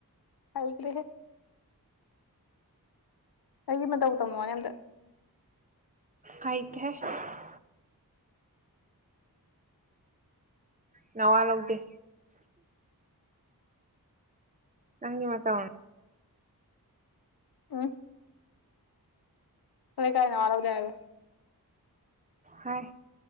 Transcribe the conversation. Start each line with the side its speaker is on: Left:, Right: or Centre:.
Left: ꯍꯥꯏꯈ꯭ꯔꯦ ꯑꯩꯒꯤ ꯃꯇꯧ ꯇꯝꯃꯛꯑꯣꯅꯦ ꯑꯝꯇ
Right: ꯍꯥꯏ <unintelligible> ꯅꯋꯥ ꯂꯧꯗꯦ ꯅꯪꯒꯤ ꯃꯇꯧ
Left: ꯎꯝ ꯑꯈꯣꯏ ꯂꯩꯀꯥꯏꯅ ꯅꯋꯥ ꯂꯧꯗꯦ ꯍꯥꯏꯕꯩ
Right: ꯍꯥꯏ